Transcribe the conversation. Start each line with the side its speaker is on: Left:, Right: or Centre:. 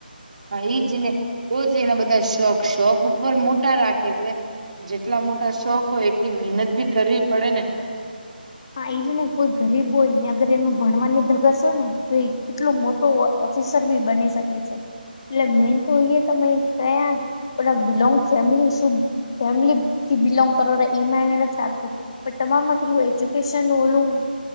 Right: હા ઈ જ ને! તો જ એના બધા શોખ, શોખ ઉપર મોટા રાખે છે. જેટલા મોટા શોખ હોય એટલી મહેનત ભી કરવી પડે ને?
Left: હા ઈ જ ને, કોઈ ગરીબ હોયને અગર એનું ભણવાની ધગસ હોય ને તો એ કેટલો મોટો <inaudible> સર બી બની શકે છે એટલે મેન તો ઈ એ તમે કયા પણ બિલોંગ ફેમલી શું, ફેમિલીથી બિલોંગ કરોરા ઈ માયને નથી રાખતું, પણ તમામમાં પેલુ એજ્યુકેશન, ઓલું